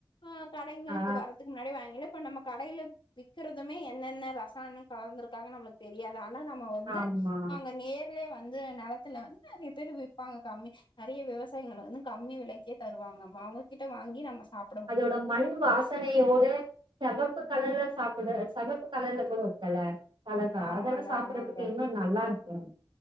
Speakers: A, on the left; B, on the right.
A: ஆ கடைங்களுக்கு
B: ஆ
A: வரத்துக்கு முன்னாடியே வாங்கில்லா இப்ப நம்ம கடையில விக்கறதுமே என்னென்ன ரசாயனோ கலந்துருக்காங்க நம்ளுக்கு தெரியாது ஆனா நம்ம வந்து
B: ஆமா.
A: அங்க நேர்லே வந்து நெலத்துல வந்து நெறைய பேரு விப்பாங்க கம்மி நெறைய விவசாயிகள் வந்து கம்மி விலைக்கே தருவாங்க அவங்ககிட்ட வாங்கி நம்ம சாப்
B: அதோட மண் வாசனையோட செகப்பு கலர்ல சாப்புட செகப்பு கலர்ல கூட இருக்குல்ல கலக்கா
A: ஆமாங்க
B: அதெல்லா சாப்பறதுக்கு
A: ஆமாங்க
B: இன்னு நல்லாருக்கேன்